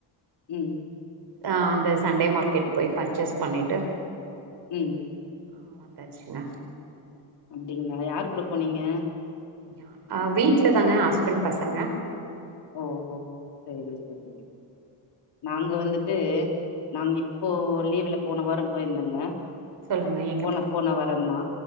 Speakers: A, on the left (about 65°); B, on the right (about 60°).
A: ம்
B: அ அந்த சண்டே மார்க்கெட் போய் பர்ச்சேஸ் பண்ணிட்டு
A: ம்
B: ஆ வந்தாச்சுங்க
A: அப்டிங்களா யாரு கூட போனீங்க
B: யா அ வீட்ல தாங்க ஹஸ்பண்ட் பசங்க
A: ஓஹோ சேரி சேரி நாங்க வந்துட்டு நாங்க இப்போ லீவ்வுல போன வாரோ போயிந்தங்க
B: சொல்லுங்க ஏ
A: போன போன வாரந்தா